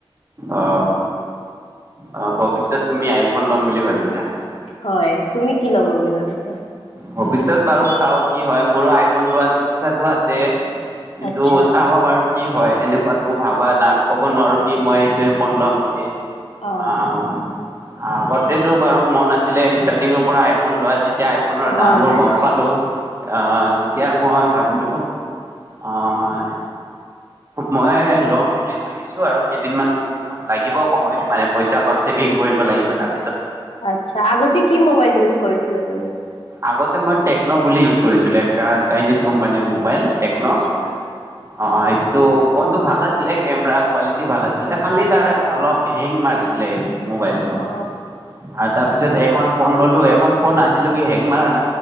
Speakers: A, on the right (about 30°); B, on the left (about 80°).
A: অ। অ ভৱিষ্যত তুমি আইফোন ল'ম বুলি ভাবিছা।
B: হয় তুমি কি ল'ব বুলি ভাবিছা
A: ভৱিষ্যত বাৰু চাওক। কি হয় মোৰো আইফোন লোৱাত ইচ্ছাটো আছে। কিন্তু
B: আচ্ছা
A: চাব বাৰু কি হয় এনেকুৱাতো ভাবা না ক'ব নোৱাৰো কি মই এইটোয়ে ফোন ল'ম বুলি।
B: অ
A: <unintelligible> আগতেটো বাৰু মন আছিলে ষ্টাৰ্টিঙৰ পৰা আই- ফোন লোৱা। যেতিয়া আইফোনৰ
B: হয়
A: দাম বোৰ গম পালো। অ তেতিয়া মই ভাবিলো অঁ মই লম বুলি ভাবিছো আৰু কেইদিনমান লাগিব সময় মানে পইচা অলপ ছেভিং কৰিব লাগিব, তাৰ
B: আতছা আগতে কি মোবাইল ইউজ কৰিছিলা তুমি?
A: আগতে মই টেকন' বুলি ইউজ কৰিছিলো এ চাইনিজ কোম্পানীৰ মোবাইল টেকন'।
B: আচ্ছা
A: অ সেইটো ফোনটো ভাল আছিলে কেমেৰা কোৱালিটি ভাল আছিলে খালি তাৰ অলপ হেং মাৰিছিলে মোবাইলটো
B: অ
A: আৰু তাৰপিছত এখন ফোন ললো এ খন ফোন আজিলৈকে হেং মাৰা না